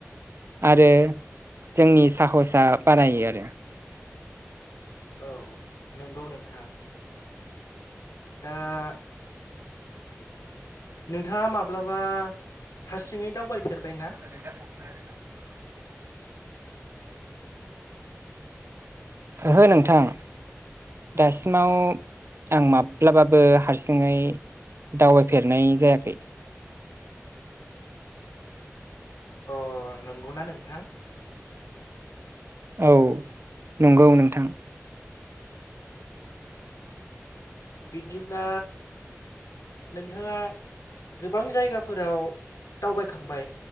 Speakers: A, on the right; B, on the left.
A: आरो जोंनि साहसा बारायो आरो।
B: औ नंगौ नोंथां। दा नोंथाङा माब्लाबा हारसिङै दावबायफेरबाय ना?
A: <inaudible> ओहो नोंथां। दासिमाव आं माब्लाबाबो हारसिङै दावबायफेरनाय जायाखै।
B: अ नंगौना नोंथां?
A: औ नंगौ नोंथां।
B: बिदिब्ला नोंथाङा गोबां जायगाफोराव दावबायखांबाय